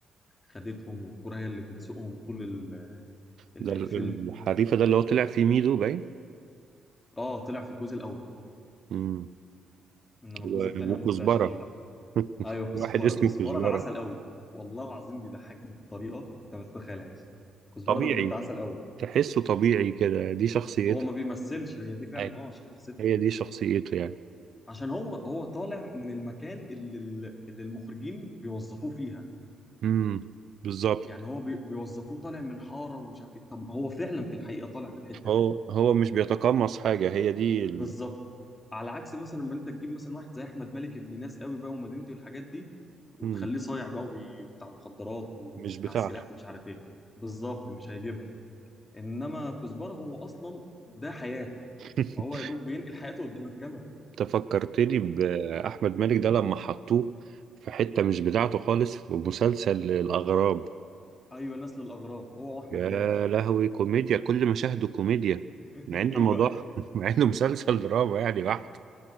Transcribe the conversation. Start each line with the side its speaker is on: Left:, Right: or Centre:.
Left: خدتهم والكوره هي اللي بتسوقهم طول ال- ال-
Right: ده
Left: الفيلم
Right: ال- الحريفة ده اللي هو طلع فيه ميدو باين
Left: اه طلع في الجزء الاول
Right: امم
Left: انما
Right: و-
Left: الجزء الثاني
Right: وكزبرة
Left: وما طلعش فيه لا
Right: <laughs>
Left: ايوه
Right: واحد
Left: كزبره
Right: اسمه
Left: كزبره
Right: كزبرة
Left: ده عسل قوي والله العظيم بيضحكني بطريقه انت ما تتخيلهاش كزبره
Right: طبيعي
Left: ده بجد عسل قوي
Right: تحسه طبيعي كده دي شخصيته
Left: هو ما بيمثلش هي دي فعلا
Right: أيوة.
Left: اه شخصيته
Right: هي دي شخصيته يعني
Left: عشان هو هو طالع من المكان اللي اللي المخرجين بيوظفوه فيها
Right: امم بالظبط
Left: يعني هو بي- بيوظفوه طالع من حاره ومش عارف ايه طب هو فعلا في الحقيقه طالع من الحته
Right: هو
Left: دي
Right: هو مش بيتقمص حاجة هي دي ال...
Left: بالظبط على عكس مثلا لما انت تجيب مثلا واحد زي احمد مالك ابن ناس قوي بقى ومدينتي والحاجات دي وتخليه
Right: مم.
Left: صايع بقى وبي- بتاع مخدرات وبتاع
Right: مش بتاعته
Left: سلاح ومش عارف ايه بالظبط مش هيجيبها انما كزبره هو اصلا ده حياته
Right: <laughs>
Left: فهو يا دوب بينقل حياته قدام الكاميرا
Right: انت فكرتني بأحمد مالك ده لما حطوه في حتة مش بتاعته خالص في مسلسل الأغراب
Left: ايوه نسل الاغراب هو واحمد
Right: يا
Left: داش
Right: لهوي كوميديا كل مشاهده كوميديا
Left: <laughs>
Right: مع ان
Left: ايوه
Right: الموضوع
Left: ايوه
Right: <laughs> مع انه مسلسل دراما يعني بحت